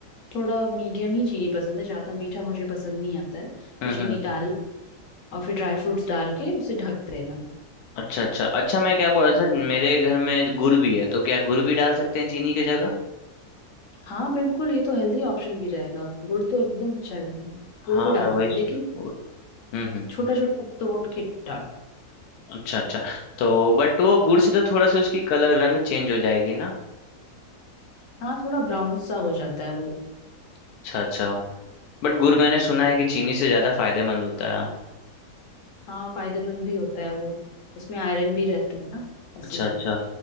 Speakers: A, on the left; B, on the left.
A: थोड़ा मीडियम ही चीनी पसंद है ज्यादा मीठा मुझे पसंद नहीं आता है तो
B: हम्म
A: चीनी
B: हम्म
A: डाल और फिर ड्राई फ्रूट्स डाल के उसे ढक देना
B: अच्छा अच्छा अच्छा मैं क्या बोल रहा था मेरे घर में गुड़ भी है तो क्या गुड़ भी डाल सकते हैं चीनी की जगह
A: हाँ बिल्कुल ये तो हेल्दी ऑप्शन भी रहेगा गुड़ तो एकदम अच्छा रहेगा
B: हाँ
A: गुड़ भी डाल
B: मैं वही
A: देना लेकिन
B: वो- हम्म हम्म
A: छोटा छोटा तोड़ के डाल
B: अच्छा अच्छा तो बट वो गुड़ से तो थोड़ा सा उसकी कलर रंग चेंज हो जाएगी ना
A: हाँ थोड़ा ब्राउन सा हो जाता है वो
B: अच्छा अच्छा बट गुड़ मैंने सुना है कि चीनी से ज्यादा फायदेमंद होता है
A: हाँ फायदेमंद भी होता है वो उसमें आयरन भी रहता है ना इसीलिए
B: अच्छा अच्छा